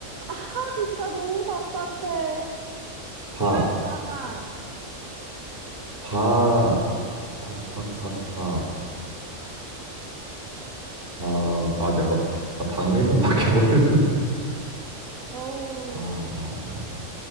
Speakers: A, on the right (about 75°); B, on the right (about 40°).
A: 아, 진짜 너무 답답해.
B: 박,
A: 키가 작아.
B: 박, 박, 박, 박, 박. 아, 아, 내가, 나 박미선밖에 <laughs> 모르는.
A: 어우,
B: 아,